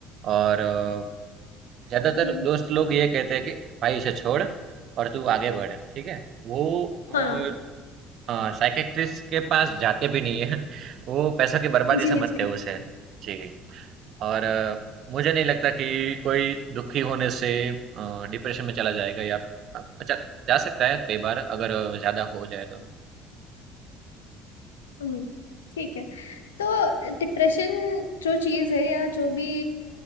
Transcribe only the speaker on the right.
और अ, ज़्यादातर
दोस्त लोग ये कहते हैं कि भाई इसे छोड़ और तू आगे बढ़, ठीक है? वो अ,
हाँ, साइकियाट्रिस्ट के पास जाते भी नहीं है वो पैसों की बर्बादी
समझते
हैं उसे जी और अ, मुझे नहीं लगता कि कोई दुखी होने से डिप्रेशन में चला जाएगा या अच्छा जा सकता है कई बार अगर ज्यादा हो जाए तो